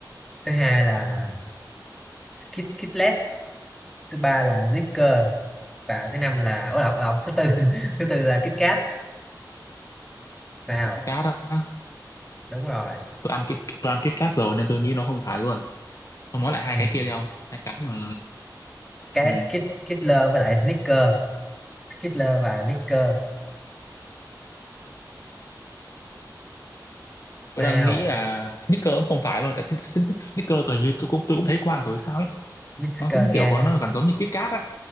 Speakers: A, in the centre; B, on the left.
A: thứ hai là Kit Kitlet thứ ba là Snickers và thứ năm là ổ lọc lọc thứ tư <laughs> thứ tư là Kit Kat nào
B: Kit Kat đó
A: đúng rồi
B: tôi ăn cái tôi ăn Kit Kat rồi nên tôi nghĩ nó không phải luôn ông nói lại hai
A: ừ.
B: cái kia đi không hai cái mà
A: cái
B: ừ.
A: Skit Kitler với lại Snickers Skittler và Snickers sao
B: tôi đang nghĩ là Snickers cũng không phải luôn tại Snickers tôi như tôi cũng tôi cũng thấy qua rồi sao ấy
A: Snickers
B: nó cũng
A: nghe
B: kiểu nó gần giống như Kit Kat á